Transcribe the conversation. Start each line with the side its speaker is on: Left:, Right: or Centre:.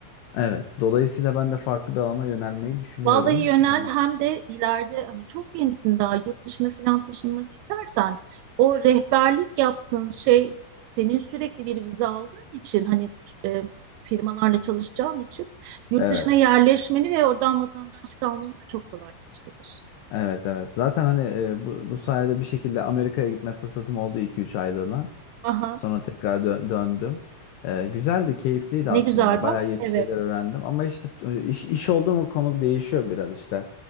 Left: Evet, dolayısıyla ben de farklı bir alana yönelmeyi düşünüyorum.
Right: Vallahi yönel
Left: E,
Right: hem de ileride hani çok gençsin daha yurt dışına falan taşınmak istersen o rehberlik yaptığın şey senin sürekli bir vize aldığın için hani e, firmalarla çalışacağın için yurt
Left: Evet.
Right: dışına yerleşmeni ve oradan vatandaşlık almanı da çok kolaylaştırır.
Left: Evet evet. Zaten hani e, bu, bu sayede bir şekilde Amerika'ya gitme fırsatım oldu iki üç aylığına.
Right: Aha
Left: Sonra tekrar dö- döndüm. E, güzeldi, keyifliydi
Right: ne
Left: aslında.
Right: güzel bak.
Left: Bayağı yeni
Right: Evet.
Left: şeyler öğrendim. Ama işte e, iş, iş oldu mu konu değişiyor biraz işte.